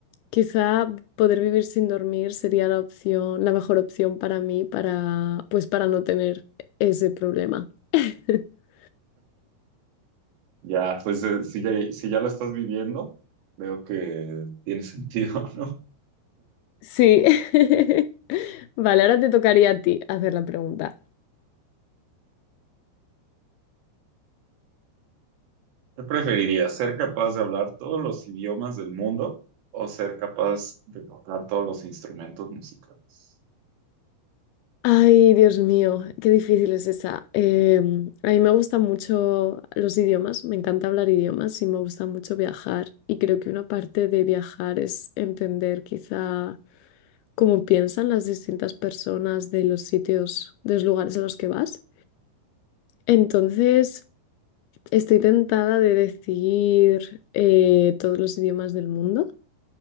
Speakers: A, on the left; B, on the right.
A: quizá poder vivir sin dormir sería la opción, la mejor opción para mí para, pues para no tener ese problema. <laughs>
B: Ya, pues eh, si ya, si ya lo estás viviendo, veo que tiene sentido, <laughs> ¿no?
A: Sí. <laughs> Vale, ahora te tocaría a ti hacer la pregunta.
B: ¿Qué preferirías? ¿Ser capaz de hablar todos los idiomas del mundo o ser capaz de tocar todos los instrumentos musicales?
A: Ay, Dios mío, qué difícil es esa. Em, a mí me gustan mucho los idiomas, me encanta hablar idiomas y me gusta mucho viajar. Y creo que una parte de viajar es entender quizá cómo piensan las distintas personas de los sitios, de los lugares a los que vas. Entonces, estoy tentada de decir eh, todos los idiomas del mundo,